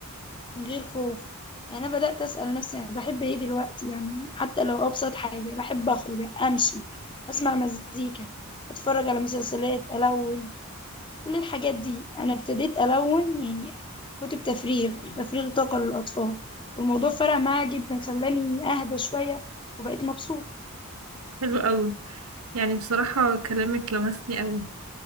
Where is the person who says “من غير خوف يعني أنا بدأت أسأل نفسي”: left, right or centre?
Left